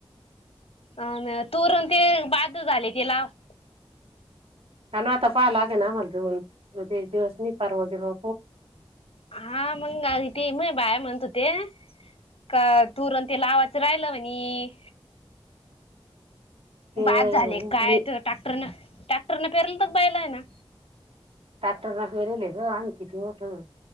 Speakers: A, on the left; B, on the right.
A: अ तूरण ते बाद झाले ते लावा.
B: काणवाता पलागेना मर म दिवसनी पारवा बीरव.
A: हा मंग ते मग बाया म्हणत होते. का तुरण ते लावाचं राहिलं म्हणी.
B: ते
A: बाद झाले
B: उगली
A: काय तर टॅक्टरन टॅक्टरन फेरून तर बायला न.
B: टॅक्टर न फेरवले ग आणि तिथ होतं.